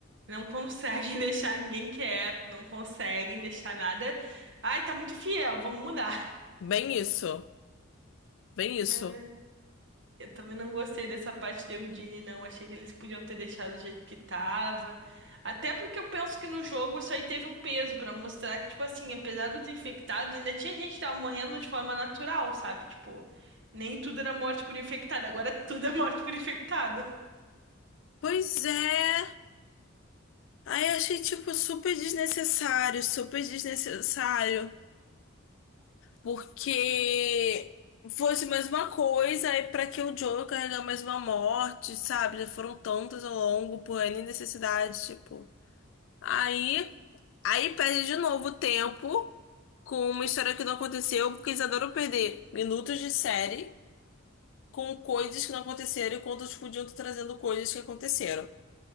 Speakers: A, on the right (about 65°); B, on the left (about 65°).
A: Não conseguem <laughs> deixar ninguém quieto, não conseguem deixar nada. Ai, tá muito fiel, vamos mudar. <laughs>
B: Bem isso. Bem
A: Não,
B: isso.
A: eu eu também não gostei dessa parte de Eudine, não. Achei que eles podiam ter deixado do jeito que tava. Até porque eu penso que no jogo isso aí teve um peso pra mostrar que, tipo assim, apesar dos infectados, ainda tinha gente que tava morrendo de forma natural, sabe? Tipo, nem tudo era morte por infectado, agora <laughs> tudo é morte por infectado.
B: Pois é. Aí eu achei, tipo, super desnecessário, super desnecessário. Porque fosse mais uma coisa, e pra que o Joe carregar mais uma morte, sabe? Já foram tantas ao longo, por N necessidades, tipo. Aí, aí perde de novo tempo com uma história que não aconteceu, porque eles adoram perder minutos de série com coisas que não aconteceram, enquanto eles podiam estar trazendo coisas que aconteceram.